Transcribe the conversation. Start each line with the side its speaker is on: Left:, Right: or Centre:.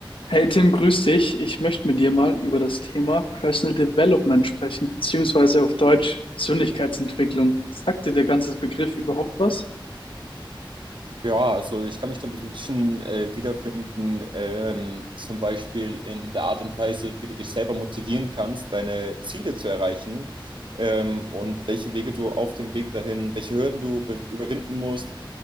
Left: Hey Tim, grüß dich. Ich möchte mit dir mal über das Thema Personal Development sprechen, beziehungsweise auf Deutsch Persönlichkeitsentwicklung. Sagt dir der ganze Begriff überhaupt was?
Right: Ja, also ich kann mich da so ein bisschen äh, wiederfinden, ähm, zum Beispiel in der Art und Weise, wie du dich selber motivieren kannst, deine Ziele zu erreichen ähm, und welche Wege du auf dem Weg dahin, welche Hürden du be- überwinden musst.